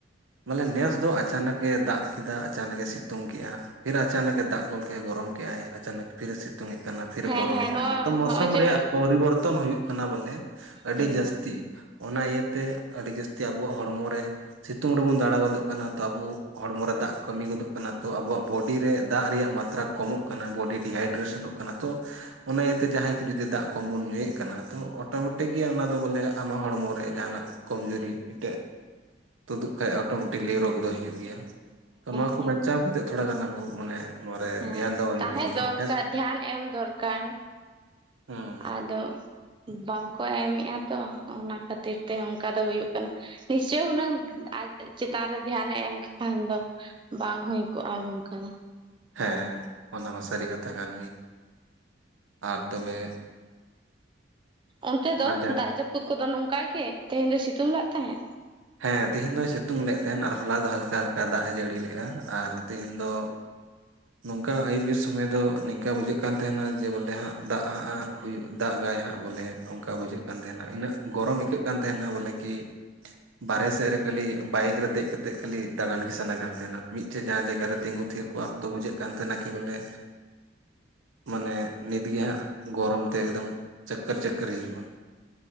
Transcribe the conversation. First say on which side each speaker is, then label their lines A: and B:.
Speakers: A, on the right (about 80°); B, on the right (about 25°).
A: ᱢᱟᱱᱮ ᱱᱮᱥ ᱫᱚ ᱟᱪᱟᱱᱚᱠ ᱮ ᱫᱟᱜ ᱠᱮᱫᱟ ᱟᱪᱚᱱᱚᱠ ᱮ ᱥᱤᱛᱩᱝ ᱠᱮᱫᱮᱜᱼᱟ ᱯᱷᱤᱨ ᱟᱪᱟᱱᱚᱠ ᱮ ᱫᱟᱜ ᱜᱚᱝᱠᱮ ᱜᱚᱨᱚᱢ ᱠᱮᱫᱼᱟᱭ ᱟᱪᱟᱱᱚᱠ ᱯᱷᱤᱨᱮ ᱥᱤᱛᱩᱝᱮᱜ ᱠᱟᱱᱟ ᱯᱷᱤᱨᱮ
B: ᱦᱮᱸ
A: ᱜᱚᱨᱚᱢᱮᱫ
B: ᱦᱮᱸ
A: ᱠᱟᱱᱟ
B: ᱱᱚᱜᱼᱚᱭ
A: ᱛᱚ ᱢᱳᱥᱚᱢ
B: ᱱᱚᱜᱼᱚᱭ ᱡᱮ
A: ᱨᱮᱭᱟᱜ ᱯᱚᱨᱤᱵᱚᱨᱛᱚᱱ ᱦᱩᱭᱩᱜ ᱠᱟᱱᱟ ᱵᱚᱞᱮ ᱟᱹᱰᱤ
B: ᱦᱮᱸ
A: ᱡᱟᱹᱥᱛᱤ᱾ ᱚᱱᱟ ᱤᱭᱟᱹᱛᱮ ᱟᱹᱰᱤ ᱡᱟᱹᱥᱛᱤ ᱟᱵᱚᱣᱟᱜ ᱦᱚᱲᱢᱚ ᱨᱮ ᱥᱤᱛᱩᱝ ᱨᱮᱵᱚᱱ ᱫᱟᱬᱟ ᱜᱚᱫᱚᱜ ᱠᱟᱱᱟ ᱛᱚ ᱟᱵᱚ ᱦᱚᱲᱢᱚ ᱨᱮ ᱫᱟᱜ ᱠᱟᱹᱢᱤ ᱜᱚᱫᱚᱜ ᱠᱟᱱᱟ ᱛᱚ ᱟᱵᱚᱣᱟᱜ ᱵᱚᱰᱤ ᱨᱮ ᱫᱟᱜ ᱨᱮᱭᱟᱜ ᱢᱟ ᱟᱛᱨᱟ ᱠᱚᱢᱚᱜ ᱠᱟᱱᱟ ᱵᱚᱰᱤ ᱰᱤᱦᱟᱭᱰ ᱨᱮ ᱥᱮᱱᱚᱜ ᱠᱟᱱᱟ ᱛᱚ, ᱚᱱᱟ ᱤᱭᱟᱹᱛᱮ ᱡᱟᱦᱟᱸᱭ ᱠᱚ ᱡᱩᱫᱤ ᱫᱟᱜ ᱠᱚᱢ ᱵᱚᱱ ᱧᱩᱭᱮᱫ ᱠᱟᱱᱟ ᱛᱚ ᱚᱴᱳᱢᱮᱴᱤᱠ ᱜᱮ ᱚᱱᱟ ᱫᱚ ᱵᱚᱞᱮ ᱟᱢᱟᱜ ᱦᱚᱲᱢᱚ ᱨᱮ ᱡᱟᱦᱟᱱᱟᱜ ᱠᱚᱢᱡᱩᱨᱤ ᱢᱤᱫᱴᱮᱡ ᱛᱩᱫᱩᱜ ᱠᱷᱟᱡ ᱚᱴᱳᱢᱮᱴᱤᱠᱞᱤ ᱨᱳᱜᱽ ᱫᱚ ᱦᱤᱡᱩᱜ ᱜᱮᱭᱟ᱾ ᱛᱚ ᱱᱚᱣᱟ ᱠᱚ
B: ᱦᱮᱸ
A: ᱵᱟᱧᱪᱟᱣ ᱠᱟᱛᱮᱜ ᱛᱷᱚᱲᱟ ᱜᱟᱱ ᱟᱵᱚ ᱢᱟᱱᱮ ᱱᱚᱣᱟ ᱨᱮ
B: ᱦᱮᱸ
A: ᱫᱷᱮᱭᱟᱱ ᱫᱚᱦᱚ ᱦᱩᱭᱩᱜ
B: ᱛᱟᱦᱮᱸ
A: ᱛᱟᱵᱚᱱᱟ
B: ᱫᱚᱨᱠᱟᱨ
A: ᱦᱮᱸᱥ,
B: ᱫᱷᱮᱭᱟᱱ ᱮᱢ ᱫᱚᱨᱠᱟᱨ
A: ᱩᱸ
B: ᱟᱫᱚ ᱵᱟᱝ ᱠᱚ ᱮᱢᱮᱫᱼᱟ ᱛᱚ ᱚᱱᱟ ᱠᱷᱟᱹᱛᱤᱨ ᱛᱮ ᱚᱱᱠᱟ ᱫᱚ ᱦᱩᱭᱩᱜ ᱠᱟᱱᱟ᱾ ᱱᱤᱥᱪᱳᱭ ᱦᱩᱱᱟᱹᱝ ᱟᱡ ᱪᱮᱛᱟᱱ ᱨᱮ ᱫᱷᱮᱭᱟᱱᱮ ᱮᱢ ᱠ ᱠᱷᱟᱱ ᱫᱚ? ᱵᱟᱝ ᱦᱩᱭ ᱠᱚᱜᱼᱟ ᱱᱚᱝᱠᱟ ᱫᱚ᱾
A: ᱦᱮᱸ ᱦᱮᱸ, ᱚᱱᱟ ᱢᱟ ᱥᱟᱹᱨᱤ ᱠᱟᱛᱷᱟ ᱠᱟᱱ ᱜᱮ᱾ ᱟᱨ ᱛᱚᱵᱮ
B: ᱚᱱᱛᱮ ᱫᱚ
A: ᱟᱨ ᱡᱟᱦᱟᱸ
B: ᱫᱟᱜ ᱡᱟᱹᱯᱩᱫ ᱠᱚᱫᱚ ᱱᱚᱝᱠᱟ ᱜᱮ ᱛᱮᱦᱮᱧ ᱫᱚ ᱥᱤᱛᱩᱝ ᱞᱟᱜ ᱛᱟᱦᱮᱸᱫ?
A: ᱦᱮᱸ ᱛᱮᱦᱮᱧ ᱫᱚᱭ ᱥᱤᱛᱩᱝ ᱞᱮᱜ ᱛᱟᱦᱮᱸᱱ ᱟᱨ ᱦᱚᱞᱟ ᱫᱚ ᱦᱟᱞᱠᱟ ᱦᱟᱞᱠᱟ ᱫᱟᱜ ᱮ ᱡᱟᱹᱲᱤ ᱞᱮᱫᱼᱟ᱾ ᱟᱨ ᱛᱤᱦᱤᱧ ᱫᱚ ᱱᱚᱝᱠᱟ ᱟᱹᱭᱩᱵ ᱵᱮ ᱥᱚᱢᱚᱭ ᱫᱚ ᱱᱤᱝᱠᱟ ᱵᱩᱡᱷᱟᱹᱜ ᱠᱟᱱ ᱛᱟᱦᱮᱱᱟ ᱡᱮ ᱵᱚᱞᱮ ᱦᱟᱸᱜ ᱫᱟᱜ ᱦᱟᱸᱜᱼᱜ ᱦᱩᱭᱩᱜ ᱫᱟᱜᱟᱭ ᱦᱟᱸᱜ ᱵᱚᱞᱮ᱾ ᱚᱱᱠᱟ ᱵᱩᱡᱷᱟᱹᱜ ᱠᱟᱱ ᱛᱟᱦᱮᱱᱟ ᱤᱱᱟᱹᱜ ᱜᱚᱨᱚᱢ ᱟᱹᱭᱠᱟᱹᱜ ᱠᱟᱱ ᱛᱟᱦᱮᱱᱟ ᱵᱚᱞᱮ ᱠᱤ ᱵᱟᱨᱦᱮ ᱥᱮᱫ ᱨᱮ ᱠᱷᱟᱹᱤ ᱵᱟᱭᱤᱠ ᱨᱮ ᱫᱮᱡ ᱠᱟᱛᱮᱜ ᱠᱷᱟᱹᱤ ᱫᱟᱬᱟᱱ ᱜᱮ ᱥᱟᱱᱟ ᱠᱟᱱ ᱛᱟᱦᱮᱱᱟ ᱢᱤᱫᱴᱷᱮᱡ ᱡᱟᱦᱟᱸ ᱡᱟᱭᱜᱟ ᱨᱮ ᱛᱤᱸᱜᱩ ᱛᱷᱤᱨ ᱠᱚᱜᱼᱟᱢ, ᱛᱚ ᱵᱩᱡᱷᱟᱹᱜ ᱠᱟᱱ ᱛᱟᱦᱮᱱᱟ ᱠᱤ ᱵᱚᱞᱮ ᱢᱟᱱᱮ ᱱᱤᱛᱜᱮ ᱦᱟᱸᱜ ᱜᱚᱨᱚᱢ ᱛᱮ ᱮᱠᱫᱚᱢ ᱪᱚᱠᱠᱚᱨ ᱪᱚᱠᱠᱚᱨ ᱦᱤᱡᱩᱜᱼᱟ᱾